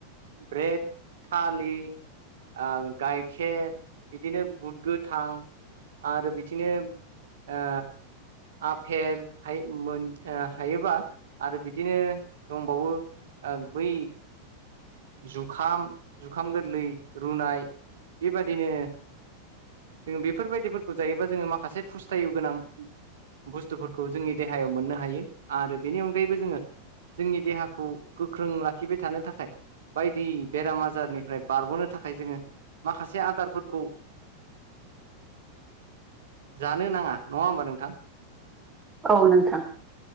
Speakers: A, on the right; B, on the right.
A: ब्रेड थालि ओ गाइखेर बिदिनो बुद गोथां आरो बिदिनो ओ आफेल हाय मोन ओ हायोबा आरो बिदिनो दंबावो। ओ बै जुखाम जुखाम गोरलै रुनाय बेबादिनो जोंङो बेफोरबायदिफोरखौ जायोबा जोंङो माखासे फुस्थायु गोनां बुस्थुफोरखौ जोंनि देहायाव मोननो हायो आरो बेनि अनगायैबो जोंङो जोंनि देहाखौ गोख्रों लाखिबाय थानो थाखाय बायदि बेराम आजारनिफ्राय बारग'नो थाखाय जोंङो माखासे आदारफोरखौ
B: <inaudible>
A: जानो नाङा नङा होमबा नोंथां?
B: औ नोंथां।